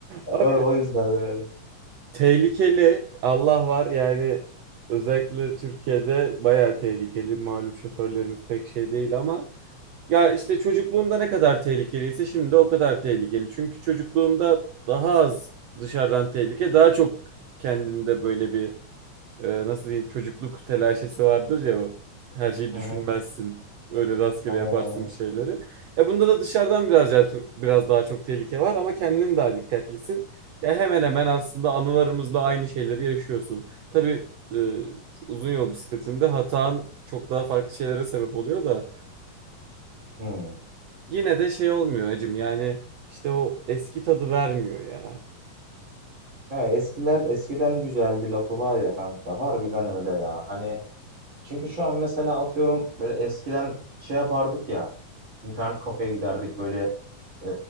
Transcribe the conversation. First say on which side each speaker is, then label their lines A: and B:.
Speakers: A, on the right; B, on the right.
A: E,
B: Abi
A: O, o yüzden böyle.
B: tehlikeli Allah var yani özellikle Türkiye'de bayağı tehlikeli. Malum şoförlerimiz pek şey değil ama Ya işte çocukluğumda ne kadar tehlikeliyse şimdi o kadar tehlikeli. Çünkü çocukluğumda daha az dışarıdan tehlike, daha çok kendinde böyle bir e, nasıl diyeyim çocukluk telaşesi vardır ya. o. Her şeyi
A: Hı
B: düşünmezsin.
A: hı.
B: Öyle rastgele
A: Aynen
B: yaparsın
A: aynen.
B: bir şeyleri. E bunda da dışarıdan biraz ya- biraz daha çok tehlike var ama kendin daha dikkatlisin. Ya hemen hemen aslında anılarımızla aynı şeyleri yaşıyorsun. Tabii e, uzun yol bisikletinde hatan çok daha farklı şeylere sebep oluyor da
A: Hı.
B: yine de şey olmuyor acım yani işte o eski tadı vermiyor ya.
A: Ya eskiler eskiden güzeldi lafı var ya kanka. Harbiden öyle ya. Hani Çünkü şu an mesela atıyorum böyle eskiden şey yapardık ya internet kafeye giderdik böyle e,